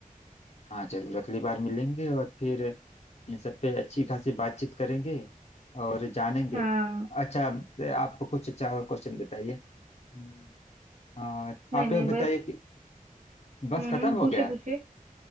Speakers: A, on the left; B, on the right.
A: हाँ चलो अगली बार मिलेंगे और फिर इन सब पे अच्छी खासी बातचीत करेंगे और जानेंगे
B: हाँ
A: अच्छा आप कुछ अच्छा और क्वेश्चन बताइए हम्म, आ,
B: नहीं
A: आप
B: नहीं
A: यह
B: बस
A: बताइए कि बस
B: हम्म
A: खत्म
B: हम्म,
A: हो
B: पूछिए
A: गया है?
B: पूछिए